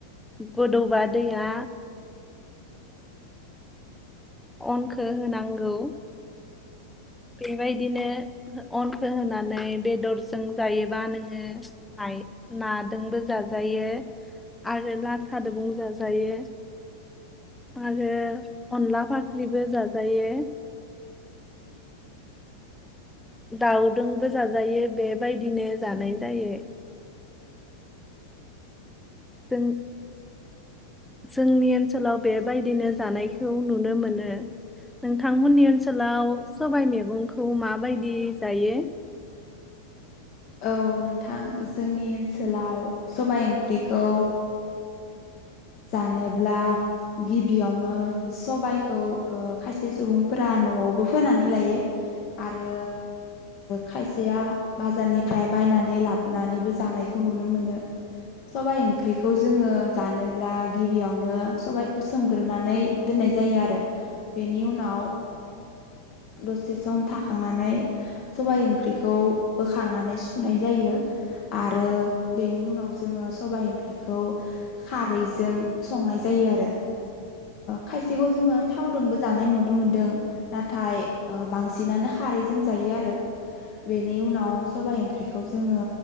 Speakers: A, in the centre; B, on the left (about 40°).
A: गोदौबा दैया अनखौ होनांगौ। बेबायदिनो अनखौ होनानै बेदरजों जायोबा नोङो नाजोंबो जाजायो आरो लाथा दुबुं जाजायो आरो अनला फाख्रिबो जाजायो। दाउदोंबो जाजायो बेबायदिनो जानाय जायो। दों जोंनि ओनसोलाव बेबायदिनो जानायखौ नुनो मोनो नोंथांमोननि ओनसोलाव सबाय मैगंखौ माबायदि जायो?
B: औ नोंथां जोंनि ओनसोलाव सबाय ओंख्रिखौ जानोब्ला गिबियावनो सबायखौ खायसे सुबुंफोरा न'आवबो फोनानै लायो आरो खायसेया बाजारनि ओमफ्राय बायनानै लाबोनानैबो जानायखौ नुनो मोनो सबाय ओंख्रिखौ जोङो जानोब्ला गिबियावनो सबाइखौ सोमग्रोनानै दोननाय जायो आरो बेनि उनाव दसे सम थांनानै सबाइ ओंख्रिखौ बोखांनानै सुनाय जायो आरो बेनि उनाव जोङो सबाइ ओंख्रिखौ खारैजों संनाय जायो आरो खायसेखौ जोङो थावजोंबो जानाय नुनो मोनदों नाथाय बांसिनानो खारैजों जायो आरो बेनि उनाव सबाइ ओंख्रि ओंख्रिखौ जोङो